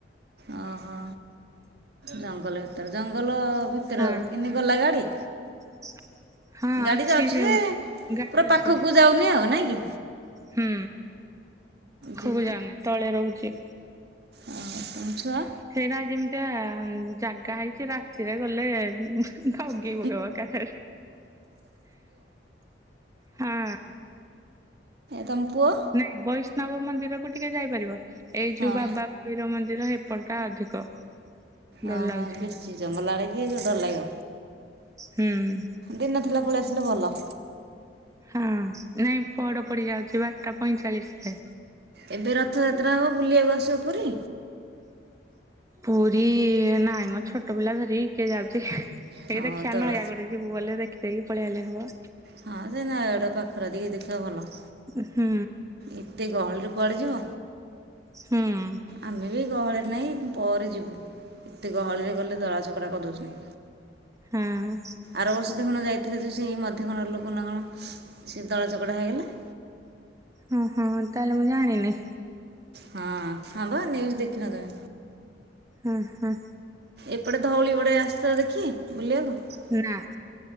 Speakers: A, on the right (about 65°); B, on the right (about 20°).
A: ଓହୋ ଜଙ୍ଗଲ ଭିତରେ ଜଙ୍ଗଲ ଭିତରେ
B: ହଁ
A: କିମିତି ଗଲା ଗାଡି?
B: <inaudible>
A: ଗାଡ଼ି
B: ଅଛି
A: ଯାଉଚି ଯେ
B: ଗାଡି
A: ପୁରା
B: ଅଛି
A: ପାଖକୁ ଯାଉନି ଆଉ ନାଇଁ କି?
B: ହୁଁ।
A: ଯେ
B: ମୁଁ ଯାଉନି ତଳେ ରହୁଚି।
A: ଓହୋ ଛୁଆ
B: ସେଇଟ ଯେମିତିଆ ଜାଗା ହେଇଚି ରାତିରେ ଗଲେ <unintelligible>
A: <unintelligible> ଏ
B: ଏକାଥରେ। ହଁ
A: ତମ ପୁଅ?
B: ନାଇଁ ବୈଷ୍ଣବ ମନ୍ଦିରକୁ ଟିକେ ଯାଇପାରିବ ଏଇ
A: ହଁ
B: ଯୋଉ ବାବା ଭୈରବ ମନ୍ଦିର ହେ ପାପଟା ଅଧିକ, ଡର
A: ଓହୋ
B: ଲାଗୁଛି।
A: ବେଶୀ ଜଙ୍ଗଲ ଆଡ଼େ କିଏ ଡର ଲାଗିବ।
B: ହୁଁ।
A: ଦିନ ଥିଲା ପଳେଇ ଆସିଲେ ଭଲ।
B: ହଁ, ନାଇଁ ପହଡ ପଡି ଯାଉଛି ବାରଟା ପଇଁଚାଳିଶରେ।
A: ଏବେ ରଥଯାତ୍ରା ହେବ ବୁଲିବାକୁ ଆସିବ ପୁରୀ?
B: ପୁରୀ-ଈ-ଈ, ନାଇଁ ମ ଛୋଟ ପିଲା ଧରି କିଏ ଯାଉଛି। ଏଇ
A: ହଁ
B: ଦେଖିଆ
A: ଦୋଳ
B: ନୟାଗଡ଼ ଯିବୁ ବଲେ ଦେଖିଦେଇକି ପଳେଇ ଆଇଲେ ହବ।
A: ହଁ ସେ ନୟାଗଡ ପାଖରେ ଟିକେ ଦେଖିବ ଭଲ।
B: ହୁଁ।
A: ଏତେ ଗହଳିରେ କୁଆଡେ ଯିବ
B: ହୁଁ।
A: ଆମେ ବି ଗହଳିରେ ନାଇଁ ପରେ ଯିବୁ, ଏତେ ଗହଳିରେ ଗଲେ ଦଳା ଚକଟା କରିଦେଉଛନ୍ତି।
B: ହୁଁ।
A: ଆର ବର୍ଷ ଦେଖୁନ ଯାଇଥିଲେ ଯୋଉ ସେଇ ମଧ୍ୟଗଣର ଲୋକ ନା କଣ ସେ ଦଳା ଚକଟା ହୋଇଇଗଲେ।
B: ହୁଁ-ହୁଁ ତାହେଲେ ମୁଁ ଜାଣିନି।
A: ହଁ-ହଁ, ହଁ ବା ନ୍ୟୁଜ ଦେଖିନ ତମେ।
B: ହୁଁ-ହୁଁ।
A: ଏପଟେ ଧଉଳି ପଡେ ଆସିଛ ଦେଖି ବୁଲିବାକୁ?
B: ନା।